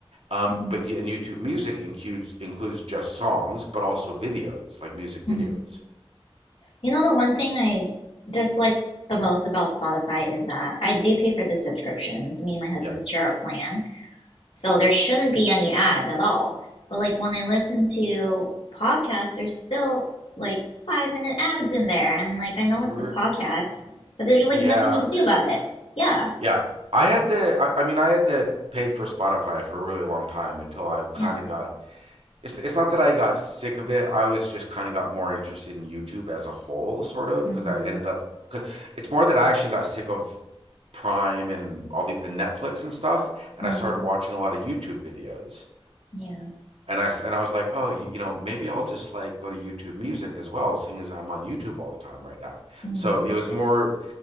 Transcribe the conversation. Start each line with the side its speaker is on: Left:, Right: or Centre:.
Right: Um,
Left: hmm
Right: but you, and YouTube Music includes includes just songs, but also videos, like music
Left: hmm
Right: videos.
Left: You know, the one thing I dislike the most about Spotify is that I do pay for the subscriptions. Me and my husband
Right: Yeah.
Left: share a plan, so there shouldn't be any ads at all. But like when I listen to podcasts, there's still like five minute ads in there, and like I know it's
Right: R-
Left: the podcast, but there's like
Right: yeah,
Left: nothing you can do about it. Yeah,
Right: yeah. I had the. I, I mean, I had the paid for Spotify for a really long time until I kind
Left: yeah.
Right: of got. It's it's not that I got sick of it. I was just kind of got more interested in YouTube as a whole, sort of,
Left: hmm
Right: because I ended up. Cause it's more that I actually got sick of Prime and all the and Netflix and stuff, and
Left: mm
Right: I started watching a lot of YouTube videos.
Left: Yeah.
Right: And I and I was like, oh, you, you know, maybe I'll just like go to YouTube Music as well, seeing as I'm on YouTube all the time right now.
Left: hmm
Right: So it was more